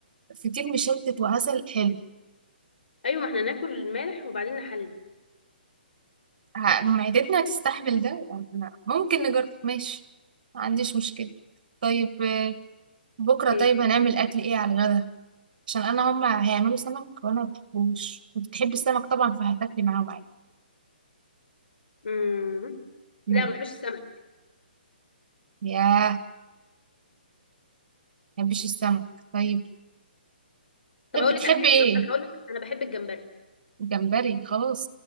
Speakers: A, on the right (about 55°); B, on the left (about 75°).
A: فطير مشلتت وعسل حلو
B: أيوة ما إحنا ناكل مالح وبعدين نحلي
A: ه- معدتنا هتستحمل ده يعني أنا ممكن نجرب ماشي ما عنديش مشكله طيب آه، بكره
B: إيه
A: طيب هنعمل اكل ايه على الغدا عشان انا هما هيعملوا سمك وانا ما بحبوش بتحب السمك طبعا فهتاكلي معاهم عادي
B: مم.
A: مم.
B: لا ما بحبش السمك
A: ياه ما بحبش السمك طيب
B: طب
A: بتحب
B: أقول
A: بتحب
B: لك على حاجة
A: ايه
B: أنا هقول لك أنا بحب الجمبري
A: جمبري خلاص